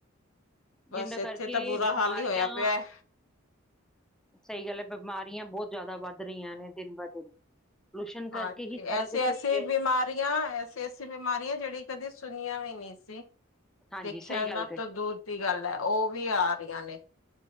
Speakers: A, on the left (about 80°); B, in the centre.
A: ਬਸ
B: ਜਿੰਦੇ ਕਰਕੇ
A: ਇੱਥੇ ਤਾਂ ਬੁਰਾ
B: ਬਿਮਾਰੀਆਂ
A: ਹਾਲ ਹੀ ਹੋਇਆ ਪਿਆ।
B: ਸਈ ਗੱਲ ਐ, ਬਮਾਰੀਆਂ ਬੋਤ ਜਾਦਾ ਵੱਧ ਰੀਆਂ ਨੇ ਦਿਨ ਬ ਦਿਨ। ਪੋਲੂਸ਼ਨ
A: ਹਾਂਜੀ
B: ਕਰਕੇ ਹੀ ਸਾਰਾ
A: ਐਸੇ
B: ਕੁਛ
A: ਐਸੇ
B: ਹੋ ਰਿਹਾ।
A: ਬਿਮਾਰੀਆਂ ਐ ਤੇ ਐਸੀ ਬਿਮਾਰੀਆਂ ਜੇੜੀ ਕਦੇ ਸੁਨੀਆਂ ਵੀ ਨੀ ਸੀ,
B: ਹਾਂਜੀ
A: ਦੇਖਿਆਂ
B: ਸਹੀ ਗੱਲ
A: ਦਾ
B: ਕਹੀ
A: ਤਾਂ ਦੂਰ ਦੀ ਗੱਲ ਆ। ਓ ਵੀ ਆ ਰੀਆਂ ਨੇ।